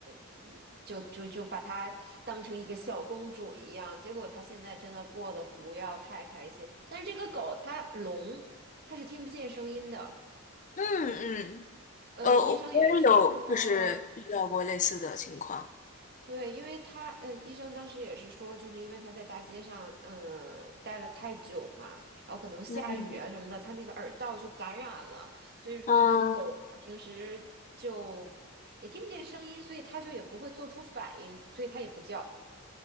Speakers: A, on the right; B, on the left.
A: 嗯，就就就把它当成一个小公主一样。结果它现在真的过得不要太开心。但是这个狗它聋，它是听不见声音的。
B: 嗯嗯，
A: 呃，
B: 呃，我也有就是遇到过类似的情况。
A: 医生也是说。对，因为他呃，医生当时也是说，就是因为他在大街上呃待了太久嘛，然后可能下雨啊什么的，
B: 嗯
A: 他那个耳道就感染了，所以说这个狗它平时就也听不见声音，
B: 嗯，
A: 所以它就也不会做出反应，所以它也不叫。